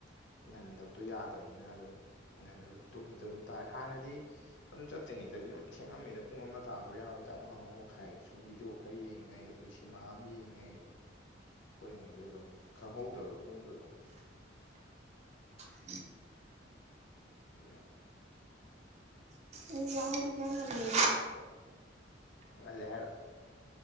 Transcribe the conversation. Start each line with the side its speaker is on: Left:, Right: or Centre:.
Left: ꯉꯟꯗꯕꯗꯣ ꯌꯥꯗꯕꯅꯤꯅ ꯑꯗꯨꯝ ꯉꯟꯕ ꯑꯗꯨꯝ ꯇꯨꯝꯕꯗ ꯑꯗꯨꯝ ꯇꯥꯔꯦ ꯍꯥꯟꯅꯗꯤ ꯑꯗꯨ ꯆꯠꯇꯦ ꯔꯤꯉꯩꯗꯗꯤ ꯑꯗꯨꯝ ꯊꯦꯡꯉꯝꯃꯤꯗ ꯄꯨꯡ ꯑꯃ ꯇꯥꯕ ꯌꯥꯕ ꯗ ꯑꯃ ꯑꯃ ꯃꯈꯥꯏ ꯁꯨꯝ ꯚꯤꯗꯤꯑꯣ ꯈꯔ ꯌꯦꯡꯉꯦ ꯑꯗꯒꯤ ꯁꯤꯃꯥ ꯑꯃ ꯌꯦꯡꯉꯦ ꯍꯣꯔꯤꯉꯩꯗ ꯑꯗꯨꯝ ꯈꯪꯍꯧꯗꯕ ꯄꯨꯡꯗꯨ ꯑꯗꯨꯝ
Right: ꯎ
Left: ꯏꯁꯁꯔꯥ
Right: ꯑꯩ ꯌꯥ ꯍꯣꯏꯗꯤ ꯀ ꯂꯅ
Left: ꯑꯂꯦ ꯍꯥꯏꯔ